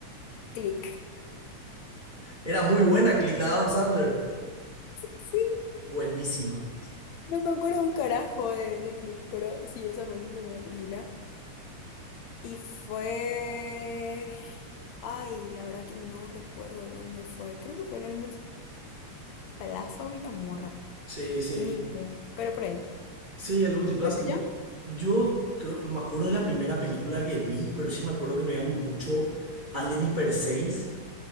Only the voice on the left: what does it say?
Click.
Sí,
no me acuerdo un carajo de, de Click, pero sí, esa fue mi primera película. Y fue... Ay, la verdad que no recuerdo dónde fue. Creo que fue en el Multiplaza o Villamorra.
Ni idea. Pero por ahí.
¿Y lo tuyo?